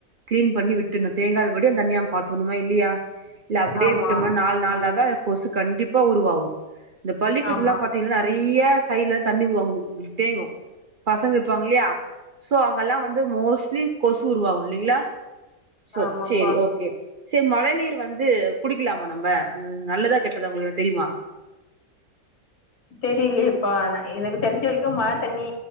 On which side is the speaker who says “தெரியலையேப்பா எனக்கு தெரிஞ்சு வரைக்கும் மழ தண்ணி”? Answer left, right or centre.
Left